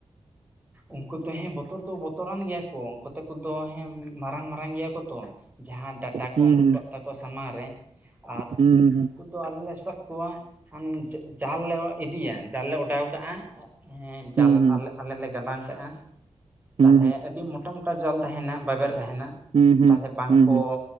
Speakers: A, on the right (about 15°); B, on the right (about 55°).
A: ᱩᱱᱠᱩ ᱫᱚ ᱦᱮᱸ ᱵᱚᱛᱚᱨ ᱫᱚ ᱵᱚᱛᱚᱨᱟᱱ ᱜᱮᱭᱟ ᱠᱚ ᱩᱱᱠᱩ ᱛᱚ ᱠᱚ ᱫᱚ ᱦᱮᱸ ᱢᱟᱨᱟᱝ ᱢᱟᱨᱟᱝ ᱜᱮᱭᱟ ᱠᱚ ᱛᱚ ᱡᱟᱦᱟᱸ ᱰᱟᱴᱟ
B: ᱦᱩᱸ
A: ᱠᱚ ᱩᱰᱩᱠᱚᱜ ᱛᱟᱠᱚ ᱥᱟᱢᱟᱝ ᱨᱮ ᱟᱨ
B: ᱦᱩᱸ
A: ᱩᱱᱠᱩ ᱛᱚ ᱟᱞᱮ ᱞᱮ ᱮᱥᱮᱫ ᱠᱚᱣᱟ ᱚᱱ ᱡᱟᱞ ᱞᱮ ᱤᱫᱤᱭᱟ ᱡᱟᱞ ᱞᱮ ᱚᱰᱟᱣ ᱠᱟᱜᱼᱟ ᱦᱮᱸ ᱡᱟᱞ
B: ᱦᱩᱸ ᱦᱩᱸ
A: ᱟᱞ ᱟᱞᱮ ᱞᱮ ᱜᱟᱞᱟᱝ ᱠᱟᱜᱼᱟ ᱛᱟᱦᱚᱞᱮ
B: ᱦᱩᱸ
A: ᱟᱹᱰᱤ ᱢᱚᱴᱟ ᱢᱩᱴᱤ ᱡᱚᱞ ᱛᱟᱦᱮᱱᱟ ᱵᱟᱵᱮᱨ ᱛᱟᱦᱮᱱᱟ
B: ᱦᱩᱸ ᱦᱩᱸ ᱦᱩᱸ
A: ᱛᱟᱦᱚᱞᱮ ᱵᱟᱝᱠᱚ
B: ᱦᱩᱸ